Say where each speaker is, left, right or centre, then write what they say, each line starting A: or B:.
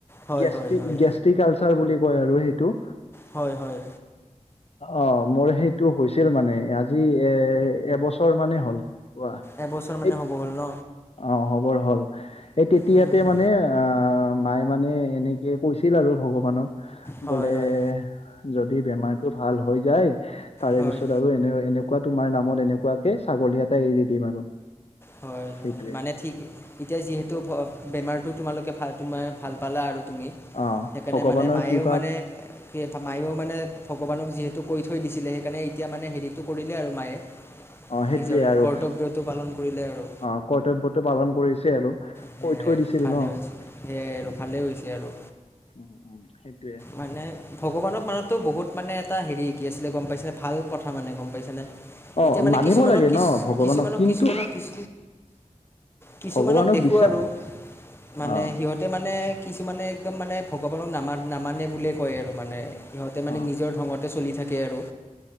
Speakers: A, on the left; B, on the left.
A: হয়
B: গেষ্টিক
A: হয় হয়
B: গেষ্টিক আলচাৰ বুলি কয় আৰু সেইটো।
A: হয় হয়।
B: অ মোৰ সেইটো হৈছিল মানে আজি এ এবছৰ মানেই হ'ল পোৱা
A: এবছৰ মানে
B: এই
A: হ'ব হ'ল ন
B: অ হবৰ হ'ল, এই তেতিয়াতে
A: উম
B: মানে আহ মায়ে মানে এনেকে কৈছিল আৰু ভগৱানক
A: হয়
B: বোলে
A: হয়
B: যদি বেমাৰটো ভাল হৈ যায়, তাৰে
A: হয়
B: পিছত আৰু এনে এনে কোৱা তোমাৰ নামত এনেকুৱাকে ছাগলী এটা এৰি দিম আৰু।
A: হয়
B: সেইটোয়ে
A: হয় মানে ঠিক এতিয়া যিহেতু বেমাৰ টো তোমালোকে ভাল তোমাৰ ভাল পালে আৰু। তুমি
B: অ
A: সেইকাৰণে
B: ভগৱানৰ
A: মানে মায়েও
B: কৃপাত
A: মানে কি মায়েও মানে ভগৱানক যিহেতু কৈ থৈ দিছিলে সেইকাৰণে এতিয়া মানে হেৰিটো কৰিলে আৰু মায়ে
B: অ সেইটোয়ে
A: নিজৰ
B: আৰু
A: কৰ্তব্যটো পালন। কৰিলে আৰু
B: অ কৰ্তব্যটো পালন কৰিছে আৰু।
A: সেইয়াই
B: কৈ থৈ দিছিল
A: ভালে
B: ন
A: হৈছে
B: সেইটো
A: সেয়াই আৰু ভালে হৈছে আৰু।
B: উম উম সেইটোয়ে
A: মানে ভগৱানক মানত টো বহুত মানে এটা হেৰি কি আছিলে গম পাইছেনে ভাল কথা মানে গম পাইছেনে?
B: অ
A: এতিয়া মানে
B: মানিব
A: কিছুমানৰ
B: লাগে
A: কিছ
B: ন ভগৱানক
A: কিছুমানৰ
B: কিন্তু
A: কিছুমানক কিছ কিছুমানক
B: ভগৱানক
A: দেখো
B: বিশ্বাস
A: আৰু মানে
B: অ
A: সিহঁতে মানে কিছুমানে একদম মানে ভগৱানক নামা নামানে বুলিয়ে কয় আৰু মানে। সিহঁতে মানে
B: অ
A: নিজৰ ঢঙতে চলি থাকে আৰু।